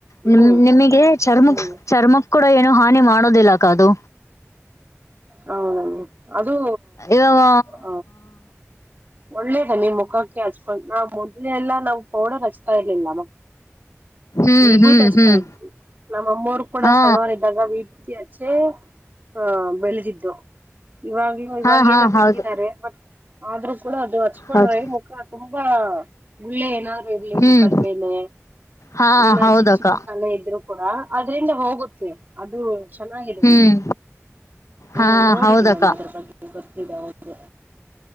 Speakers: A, on the right; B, on the left.
A: ಹ್ಮ್
B: ನಿಮ ನಿಮಗೆ ಚರ್ಮಕ್
A: ಹ್ಮ್
B: ಚರ್ಮಕ್ ಕೂಡ ಏನು ಹಾನಿ ಮಾಡೋದಿಲ್ಲ ಅದು.
A: ಹೌದ ಅದು
B: ಇವಾಗ
A: ಹ. ಒಳ್ಳೇದ ನಿಮ್ ಮುಖಕ್ಕೆ ಹಚ್ಕೊಂಡು ನಾವ್ ಮೊದ್ಲೆಲ್ಲ ನಾವ್ ಪೌಡರ್ ಹಚ್ತಾ ಇರ್ಲಿಲ್ಲ.
B: ಹ್ಮ್
A: ವಿಭೂತಿ
B: ಹ್ಮ್
A: ಹಚ್ತಾಇದ್ದಿವಿ
B: ಹ್ಮ್
A: ನಮ್ಮಮ್ಮರು ಕೂಡ
B: ಹಾ
A: ಸಣ್ಣವರ ಇದಾಗ ವಿಭೂತಿ. ಚೆ ಆ ಬೆಳೆದಿದ್ದು ಇವಾಗ. ಇವಾಗ
B: ಹಾ ಹಾ
A: ಏನೋ
B: ಹೌದು
A: ಬಿಟ್ಟಿದ್ದಾರೆ ಮ ಆದ್ರು ಕೂಡ ಅದು ಹಚ್ಕೊಂಡ್ರೆ
B: ಹೌದು
A: ಮುಖ. ತುಂಬ ಗುಳ್ಳೆನಾದ. ಇರ್ಲಿ
B: ಹ್ಮ್
A: ಮುಕದ್ಮೇಲೆ
B: ಹಾ
A: ಏನ
B: ಹೌದಕ್ಕ
A: ಚಿಕ್ಕ ಚಿಕ್ಕ ಕಲೆ ಇದ್ರು. ಕೂಡ ಅದ್ರಿಂದ ಹೋಗುತ್ತೆ ಅದು. ಚೆನ್ನಾಗಿದೆ
B: ಹ್ಮ್
A: ಹ್ಮ್
B: ಹಾ
A: ನೋಡಿದ್ದಿನೀ
B: ಹೌದಕ್ಕ
A: ನಾನ್ ಅದ್ರ ಬಗ್ಗೆ ಗೊತ್ತಿದೆ ಹೌದು.